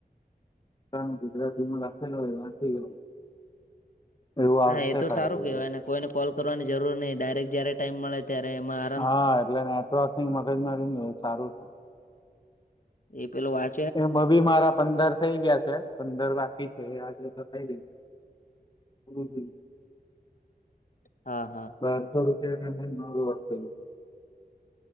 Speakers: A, on the left; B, on the left.
A: કામ ગુજરાતીમાં લખેલ હોય વાંચી ગયો એવું આવશે
B: હા એ તો
A: તારા
B: સારું
A: બધું
B: કેહેવાય ને કોઈને કોલ કરવાની જરૂર નય ડાયરેક્ટ જયારે ટાઈમ મળે ત્યારેમાં
A: હા એટલે નેટ મગજ મારી ની એ સારું
B: એ પેલુ વા
A: એમા બી મારા પંદર થઈ ગયા છે, પંદર બાકી છે, આજે પતાય હમ હમ.
B: હા હા.
A: <inaudible>